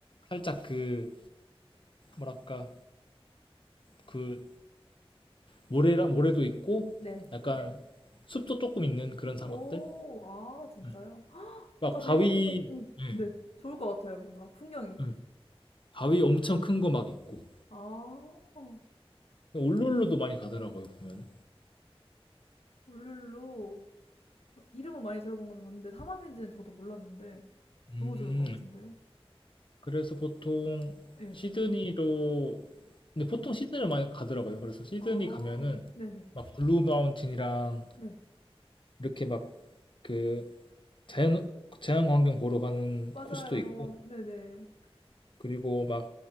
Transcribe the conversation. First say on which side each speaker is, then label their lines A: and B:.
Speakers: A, on the left; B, on the left.
A: 살짝 그 뭐랄까 그 모래라 모래도 있고
B: 네.
A: 약간 숲도 조금 있는 그런 사막들
B: 오, 아, 진짜요?
A: 음.
B: 헉, 뭔가
A: 막 바위
B: 되게, 오,
A: 예, 음.
B: 네. 좋을 것 같아요, 뭔가. 풍경이.
A: 음. 바위 엄청 큰 거 막 있고
B: 아, 오,
A: 울룰루도 많이 가더라고요 보면은
B: 울룰루. 이름은 많이 들어본 건 맞는데, 사막인지는 저도 몰랐는데,
A: 음,
B: 너무 좋을 것 같은데요?
A: 그래서 보통
B: 예.
A: 시드니로 근데 보통 시드니를 많이 가더라고요 그래서 시드니
B: 아,
A: 가면은
B: 네네.
A: 막 블루 마운틴이랑
B: 네. 네.
A: 이렇게 막그 자연 자연 광경 보러 가는
B: 맞아요.
A: 코스도 있고
B: 네네.
A: 그리고 막